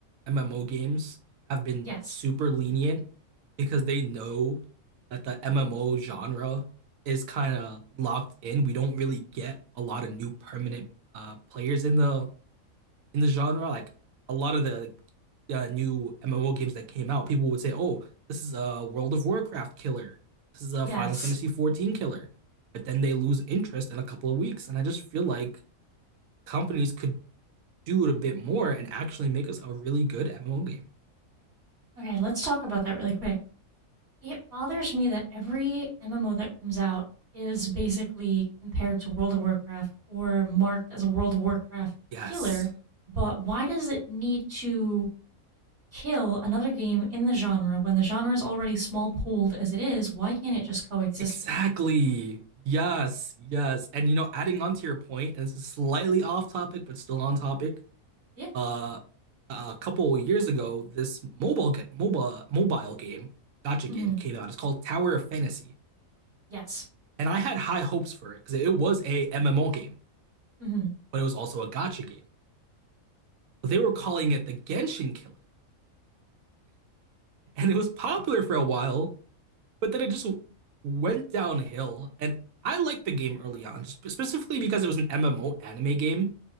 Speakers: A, on the right; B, on the right.
A: MMO games have been
B: Yes.
A: super lenient because they know that the MMO genre is kind of locked in. We don't really get a lot of new permanent uh, players in the in the genre. Like a lot of the like, uh, new MMO games that came out, people would say, "Oh, this is a World of Warcraft killer. This is a
B: Yes.
A: Final Fantasy 14 killer." But then they lose interest in a couple of weeks, and I just feel like companies could do it a bit more and actually make us a really good MMO game.
B: Okay, let's talk about that really quick. It bothers me that every MMO that comes out is basically compared to World of Warcraft or marked as a World of Warcraft
A: Yes,
B: killer, but why does it need to kill another game in the genre when the genre is already small pooled as it is? Why can't it just coexist
A: exactly.
B: with it?
A: Yes, yes. And you know, adding on to your point, and this is slightly off topic, but still on topic.
B: Yeah.
A: Uh, a couple of years ago, this mobile ga- mobile mobile game, gotcha game
B: Mm-hmm.
A: came out. It's called Tower of Fantasy,
B: Yes.
A: and I had high hopes for it because it was a MMO game,
B: Mm-hmm.
A: but it was also a gotcha game. They were
B: Of
A: calling
B: course.
A: it the Genshin Killer, and it was popular for a while but then it just went downhill. And I liked the game early on, sp- specifically because it was an MMO anime game.